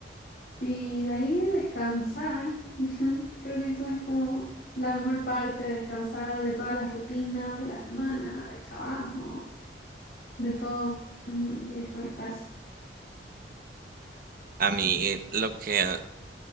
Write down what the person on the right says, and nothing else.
A mí lo que,